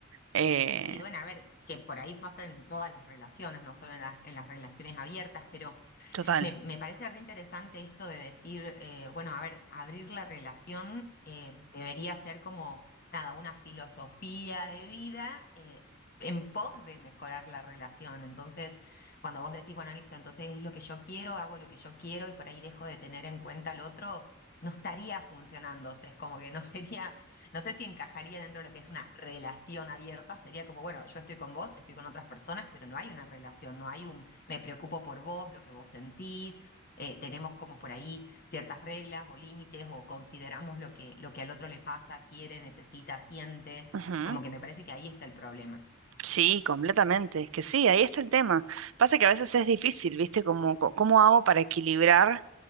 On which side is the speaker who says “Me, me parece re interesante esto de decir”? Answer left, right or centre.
Left